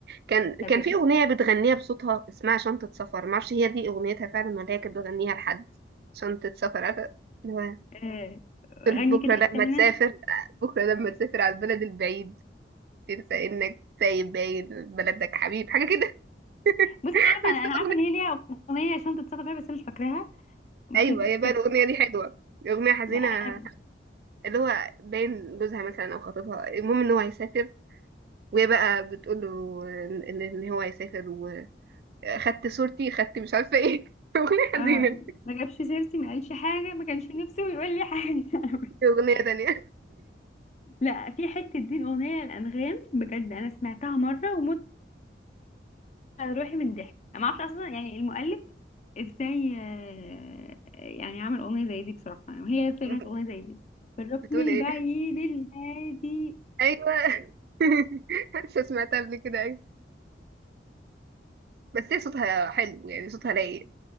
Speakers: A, on the right; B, on the left.
A: كان
B: طب
A: كان في اغنيه بتغنيها بصوتها اسمها شنطه سفر ما اعرفش هي دي اغنيتها فعلا ولا هي كانت بتغنيها لحد شنطه سفر عارفه اللي هو
B: آه، غني
A: تقول بكره
B: كده
A: لما
B: حته منها
A: تسافر بكره لما تسافر على البلد البعيد تنسى انك سايب باين بلدك حبيب حاجه كده
B: بصي
A: <laughs>
B: انا عارفه
A: بس
B: انا
A: الاغنيه
B: أنا عارفه ان هي ليها اغنيه عشان تتصرف فيها بس انا مش فاكراها بس
A: ايوه هي بقى
B: طب
A: الاغنيه دي حلوه اغنيه حزينه
B: لا
A: اللي هو باين جوزها مثلا او خطيبها المهم ان هو هيسافر وهي بقى بتقول له ان ان إن هو هيسافر واخدت صورتي خدت مش عارفه ايه <laughs> اغنيه حزينه
B: اه ما جابش سيرتي ما قالش حاجه ما كانش نفسه يقول لي حاجه <laughs>
A: في اغنيه تانية
B: لا في حته دي الاغنيه الانغام بجد انا سمعتها مره ومت على روحي من الضحك انا ما اعرفش اصلا يعني المؤلف ازاي آه، يعني عمل اغنيه زي دي بصراحه يعني وهي لسه
A: <laughs>
B: كانت اغنيه زي دي في الركن
A: بتقول
B: البعيد
A: ايه
B: الهادي
A: ايوه <laughs> لسه سمعتها قبل كده ايوه بس هي صوتها حلو يعني صوتها رايق